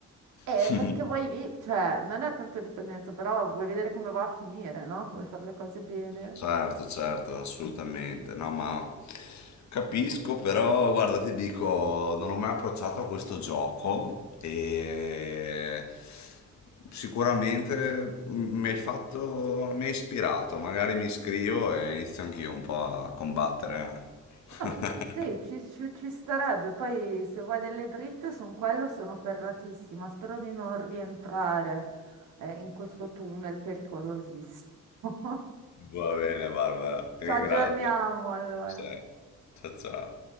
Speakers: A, on the right (about 75°); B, on the left (about 65°).
A: Eh,
B: <laughs>
A: perché vuoi vi, cioè, non è tanto dipendenza, però vuoi vedere come va a finire, no? Vuoi fare le cose bene.
B: Certo, certo, assolutamente. No, ma capisco, però guarda, ti dico, non ho mai approcciato a questo gioco e sicuramente mi hai fatto, mi hai ispirato, magari mi iscrivo e inizio anch'io un po' a combattere.
A: Ah,
B: <laughs>
A: Sì, ci, ci- ci starebbe. Poi se vuoi delle dritte su quello sono ferratissima. Spero di non rientrare eh, in questo tunnel pericolosissimo. <laughs>
B: Va bene, Barbara, ti
A: Ci
B: ringrazio.
A: aggiorniamo allora.
B: Sì. Ciao ciao.